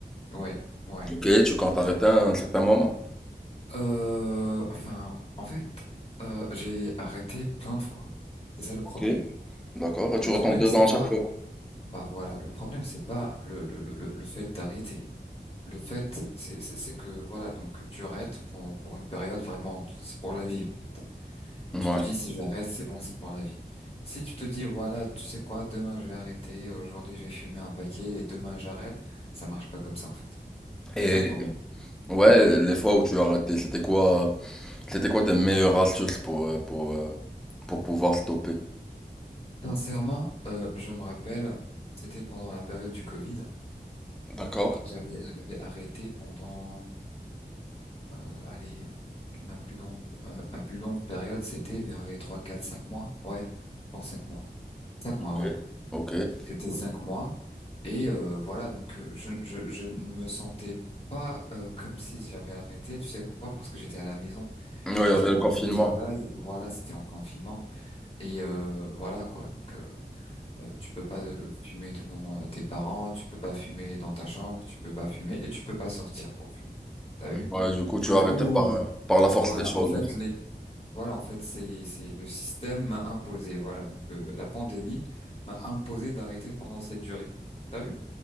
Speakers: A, on the left; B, in the centre.
A: Ouais, ouais.
B: Ok, tu comptes arrêter à un certain moment?
A: Euh, enfin, en fait, euh, j'ai arrêté plein de fois. C'est ça le
B: Ok.
A: problème.
B: D'accord, et
A: Le
B: tu
A: problème,
B: retombes dedans
A: c'est
B: à
A: pas,
B: chaque fois.
A: bah voilà, le problème, c'est pas le, le, le, le le fait d'arrêter. Le fait, c'est c'est- c'est que voilà, donc tu arrêtes pour, pour une période vraiment, t- c'est pour la vie en fait.
B: Ouais.
A: Tu te dis si j'arrête, c'est bon, c'est pour la vie. Si tu te dis voilà, tu sais quoi, demain je vais arrêter, aujourd'hui je vais fumer un paquet et demain j'arrête, ça marche pas comme ça en fait.
B: Et
A: C'est ça le problème.
B: Ouais, les fois où tu as raté, c'était quoi, c'était quoi tes meilleures astuces pour, euh, pour, euh, pour pouvoir stopper?
A: Sincèrement, euh, je me rappelle, c'était pendant la période du Covid.
B: D'accord.
A: J'avais j'avais arrêté pendant, euh, allez, ma plus grande, ma, ma plus longue période, c'était vers les 3, 4, 5 mois. Ouais, pendant 5 mois. 5 mois, ouais.
B: Ok. ok Ouais,
A: C'était 5 mois. Et euh, voilà, donc euh, je, je, je ne me sentais pas euh, comme si j'avais arrêté. Tu sais pourquoi? Parce que j'étais à la maison,
B: il y
A: j'étais
B: avait
A: en
B: le confinement.
A: télétravail. Voilà, c'était en confinement. Et euh, voilà quoi. Donc euh, euh, tu peux pas euh, fumer devant euh, tes parents, tu peux pas fumer dans ta chambre, tu peux pas fumer et tu peux pas sortir pour fumer. T'as vu?
B: Ouais, du coup,
A: Du
B: tu as arrêté
A: coup,
B: par, euh, par la force
A: voilà.
B: des choses,
A: En fait,
B: en fait.
A: les voilà, en fait, c'est c'est le système m'a imposé. Voilà, donc le, le- la pandémie m'a imposé d'arrêter pendant cette durée. T'as vu?